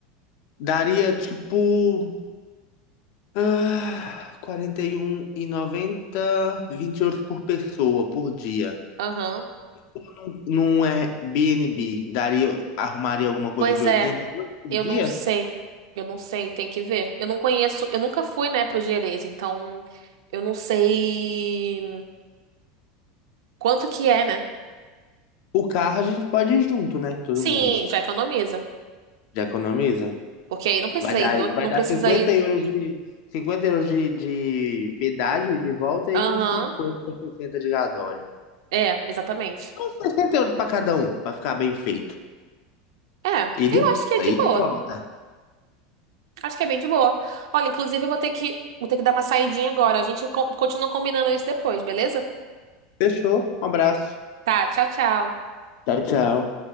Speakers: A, on the left; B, on the right.
A: Daria tipo Ah, quarenta e um e noventa, vinte euros por pessoa, por dia.
B: Aham.
A: Num num Airbnb, daria, arrumaria alguma coisa
B: Pois
A: de 80
B: é,
A: euros por
B: eu
A: dia?
B: não sei. Eu não sei, tem que ver. Eu não conheço, eu nunca fui, né, pro Gerês, então eu não sei quanto que é, né?
A: O carro a gente pode ir junto, né? Todo
B: Sim,
A: mundo.
B: já economiza.
A: Já economiza?
B: Porque aí não precisa
A: Vai dar,
B: ir, do-
A: vai
B: não
A: dar
B: precisa
A: 50
B: ir.
A: euros de, 50 euros de, de pedágio e de volta
B: Aham.
A: e uns 50 60 de gasóleo.
B: É, exatamente.
A: Uns 60 euros pra cada um, pra ficar bem feito.
B: É,
A: E
B: eu
A: de volta,
B: acho que é de boa.
A: e de volta.
B: Acho que é bem de boa. Olha, inclusive eu vou ter que, vou ter que dar uma saidinha agora. A gente co- continua combinando isso depois, beleza?
A: Fechou? Um abraço.
B: Tá, tchau, tchau.
A: Tchau, tchau.